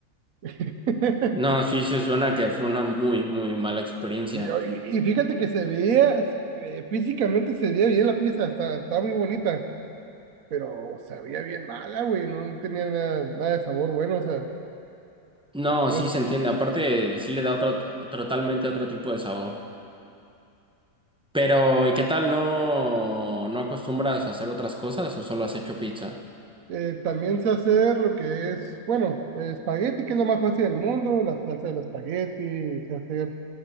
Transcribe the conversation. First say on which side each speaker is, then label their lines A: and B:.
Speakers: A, on the right; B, in the centre.
A: <laughs>
B: No, sí se suena que fue una muy, muy mala experiencia.
A: y, y- y fíjate que se veía, eh, físicamente se veía bien la pizza, está, está muy bonita. pero sabía bien mala, güey, no tenía nada, nada de sabor bueno, o sea,
B: No,
A: pero,
B: sí se entiende. Aparte, sí le da otro, to- totalmente otro tipo de sabor. Pero, ¿y qué tal? ¿No, no acostumbras a hacer otras cosas o solo has hecho pizza?
A: eh, también sé hacer lo que es, bueno, eh, espagueti, que es lo más fácil del mundo, la salsa del espagueti, sé hacer.